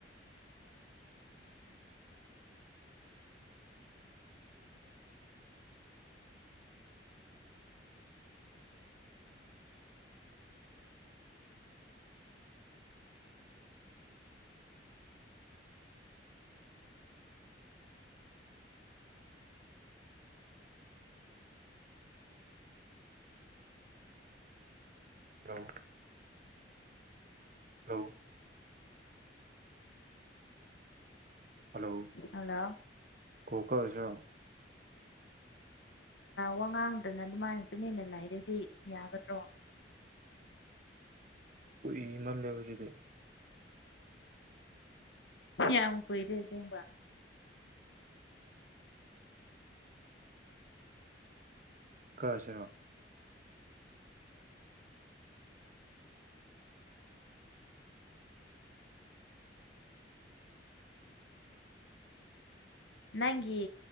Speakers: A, on the right; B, on the left.
A: <inaudible> hello hello hello
B: hello
A: call ꯀꯛꯑꯁꯤꯔꯣ
B: ꯋꯥꯉꯥꯡꯗꯅ ꯑꯗꯨꯃꯥꯏꯅ ꯇꯨꯃꯤꯟꯅ ꯂꯩꯥꯔꯗꯤ ꯌꯥꯒꯗ꯭ꯔꯣ
A: ꯀꯨꯢꯃꯜꯂꯦꯕ ꯁꯤꯗꯤ
B: ꯌꯥꯝ ꯀꯨꯏꯔꯦ ꯁꯦꯡꯕ
A: ꯀꯥꯛ ꯑꯁꯤꯔꯣ
B: ꯅꯪꯒꯤ